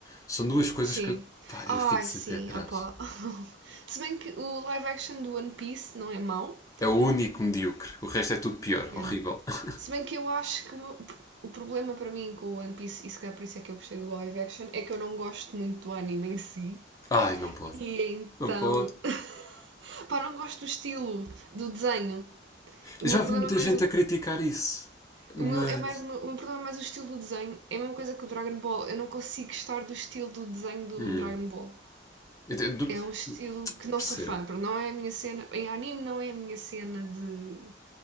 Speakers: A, on the left (about 15°); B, on the right (about 75°).
A: São duas coisas
B: Sim.
A: que. Pá, eu
B: Ai,
A: fico sempre
B: sim,
A: atrás.
B: opá. <laughs> Se bem que o live action do One Piece não é mau.
A: É o único medíocre. O resto é tudo pior, horrível.
B: Yeah.
A: <laughs>
B: Se bem que eu acho que o, meu- o problema para mim com o One Piece, e se calhar por isso é que eu gostei do live action, é que eu não gosto muito do anime em si.
A: Ai, não pode.
B: E então.
A: Não pode.
B: <laughs> Pá, não gosto do estilo do desenho. O
A: Eu
B: meu
A: já vi
B: problema
A: muita
B: é mais
A: gente
B: o.
A: a criticar isso, mas.
B: O meu, é mais, o o meu problema é mais o estilo do desenho. É a mesma coisa que o Dragon Ball. Eu não consigo gostar do estilo do desenho do
A: Hum,
B: Dragon Ball.
A: eu te- do-
B: É um estilo que não
A: percebo.
B: sou fã. pronto, Não é a minha cena. Em anime não é a minha cena de